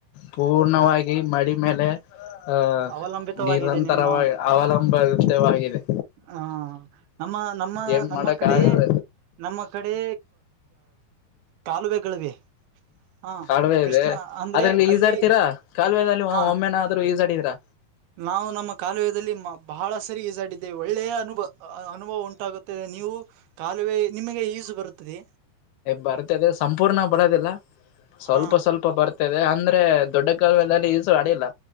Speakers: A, on the left; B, on the right.
A: ಪೂರ್ಣವಾಗಿ
B: ಹ
A: ಮಡಿ ಮೇಲೆ. ಹಹ
B: ಅವಲಂಬಿತವಾಗಿದೆ
A: ನಿರಂತರವ
B: ನಿಮ್ಮ
A: ಅವಲಂಬಿತವಾಗಿದೆ.
B: ಹಾ ನಮ್ಮ ನಮ್ಮ
A: ಏನ್
B: ನಮ್ಮ
A: ಮಾಡಕ್
B: ಕಡೆ.
A: ಆಗದ
B: ನಮ್ಮ ಕಡೆ ಕಾಲುವೆಗಳಿವೆ. ಹಾ
A: ಕಾಲುವೆ
B: ಕೃಷ್ಣ
A: ಇದೆ
B: ಅಂದ್ರೆ
A: ಅದ್ರಲ್ಲಿ
B: ಅಲ್ಲಿ
A: ಈಜ ಆರ್ತೀರಾ ಕಾಲುವೆಲ್ಲಿ
B: ಹಾ
A: ಒಮ್ಮೆನ. ಈಸಡಿದ್ರಾ.
B: ನಾವು ನಮ್ಮ ಕಾಲುವದಲ್ಲಿ ಬಹಳ ಸರಿ ಈಸಾಡಿದ್ದೇವೆ ಒಳ್ಳೆಯ ಅನುಭವ ಅನುಭವ ಉಂಟಾಗುತ್ತದೆ ನೀವು. ಕಾಲುವೆ ನಿಮಗೆ ಈಸು ಬರುತ್ತದೆ.
A: ಬರ್ತದೆ ಸಂಪೂರ್ಣ ಬರದಿಲ್ಲ ಸ್ವಲ್ಪ
B: ಹ
A: ಸ್ವಲ್ಪ. ಅಂದ್ರೆ ದೊಡ್ಡ ಕಾಲ ಮೇಲೆಲ್ಲಿ ಈಸ ಅಡ ಇಲ್ಲ